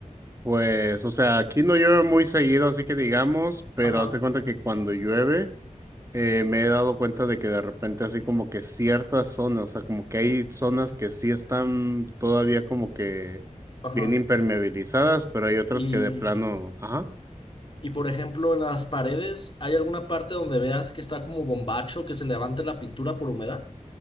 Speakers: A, on the right (about 20°); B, on the left (about 40°).
A: Pues, o sea, aquí no llueve muy seguido, así que digamos, pero
B: Ajá,
A: hace cuenta que cuando llueve, eh, me he dado cuenta de que de repente así como que ciertas zonas, o sea, como que hay zonas que sí están todavía como que
B: ajá.
A: bien impermeabilizadas, pero hay otras
B: Y,
A: que de plano, ajá.
B: y por ejemplo, en las paredes, ¿hay alguna parte donde veas que está como bombacho, que se levante la pintura por humedad?